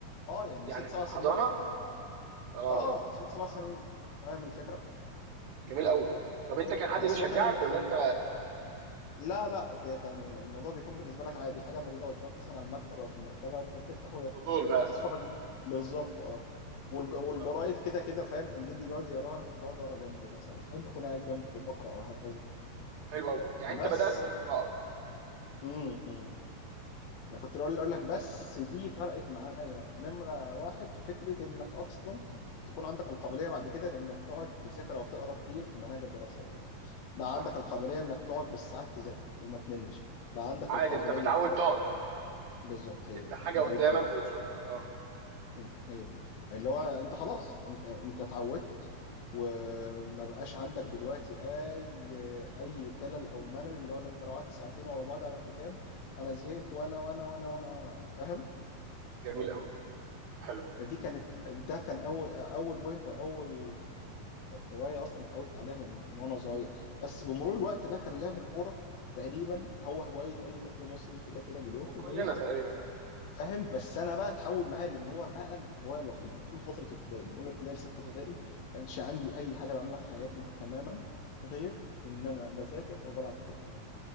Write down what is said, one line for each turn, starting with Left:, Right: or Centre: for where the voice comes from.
Left: اه يعني
Right: يعني
Left: ست سبع
Right: في الحضانه
Left: سنين
Right: اه
Left: اه ست سبع
Right: اه
Left: سنين
Right: آه.
Left: فاهم الفكره
Right: جميل قوي طب انت كان حد
Left: بس
Right: بيشجعك
Left: هو كان الم...
Right: ولا
Left: الم...
Right: انت
Left: لا لا ك- كان الموضوع بيكون بالنسبه لك عادي حاجه موجوده قدامك مثلا على المكتب او في المكتبه انت بتفتح و...
Right: فضول بقى
Left: وتتفرج بالظبط اه والج... والجرايد
Right: اه
Left: كده كده فاهم كان جدي بيقعد يقراها انا كنت بقعد اقرا جنبه مثلا فاهم بكون قاعد جنبه وبقرا وهكذا
Right: حلو قوي يعني انت
Left: بس
Right: بدأت بالقراءة
Left: امم ما كنت اقول اقول لك بس دي فرقت معايا نمرة واحد في فكرة انك اصلا تكون عندك القابلية بعد كده لانك تقعد تذاكر او تقرا كتير في مناهج الدراسية
Right: مم.
Left: بقى
Right: صح
Left: عندك القابلية انك تقعد بالساعات تذاكر وما تملش بقى عندك
Right: عادي
Left: القابلية
Right: انت متعود تقعد
Left: بالظبط هي
Right: تفتح
Left: دي
Right: حاجة
Left: انت
Right: قدامك
Left: جبت ال...
Right: وتشوفها اه
Left: م، هي دي اللي هو انت خلاص انت انت اتعودت وما بقاش عندك دلوقتي اي اي كلل او ملل اللي هو لا انت لو قعدت ساعتين ورا بعض على الكتاب انا زهقت وانا وانا وانا وانا وانا, وأنا. فاهم
Right: جميل قوي حلو
Left: فدي كانت ده كان اول اول بوينت او اول هوايه اصلا اتعودت عليها من من وانا صغير بس بمرور الوقت بقى كان لعب الكوره تقريبا هو هوايه اي طفل مصري كده كده مليون
Right: ده
Left: في
Right: كلنا
Left: الميه
Right: تقريبا
Left: فاهم بس انا بقى اتحول معايا لان هو بقى الهوايه الوحيده طول فتره ابتدائي من اولى ابتدائي لسته
Right: مم.
Left: ابتدائي كانش عندي اي حاجه بعملها في حياتي تماما غير ان انا بذاكر او بلعب كوره